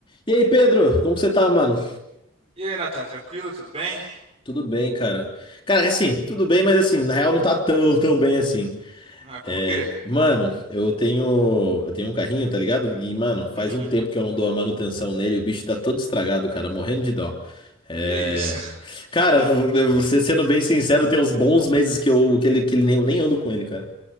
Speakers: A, on the left; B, on the right.
A: E aí, Pedro, como que você tá, mano?
B: E aí, Natan, tranquilo? Tudo bem?
A: Tudo bem, cara. Cara, assim, tudo bem, mas assim, na real não tá tão, <laughs> tão bem assim.
B: Ah,
A: É,
B: por quê?
A: mano, eu tenho, eu tenho um carrinho, tá ligado? E, mano, faz
B: Uhum.
A: um tempo que eu não dou a manutenção nele, o bicho tá todo estragado, cara, morrendo de dó. É,
B: Que isso? <laughs>
A: cara, eu- você sendo bem sincero, tem uns bons meses que eu, que ele, que ele nem, eu nem ando com ele, cara.